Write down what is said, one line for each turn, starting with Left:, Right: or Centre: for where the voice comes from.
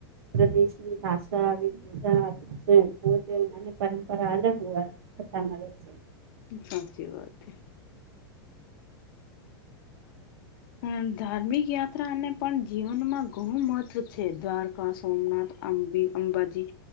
Right: પ્રદેશની ભાષા આવી છે. <unintelligible> ભોજન અને પરંપરા અલગ હોવા થતા મળે છે.
Left: સાચી વાત હે હું ધાર્મિક યાત્રાને પણ જીવનમાં ઘણું મહત્વ છે દ્વારકા સોમનાથ અબે અંબાજી